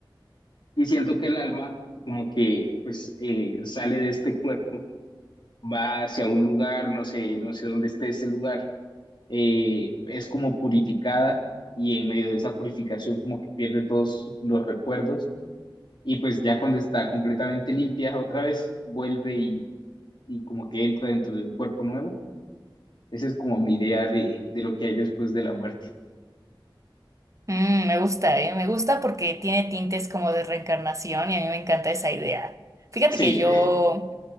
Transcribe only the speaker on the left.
Y siento que el alma como que pues eh, sale de este cuerpo, va hacia un lugar, no sé, no sé dónde esté ese lugar, eh, es como purificada y en medio de esa purificación como que pierde todos los recuerdos y pues ya cuando está completamente limpia otra vez vuelve y, y como que entra dentro de un cuerpo nuevo. Esa es como mi idea de, de lo que hay después de la muerte.
Sí.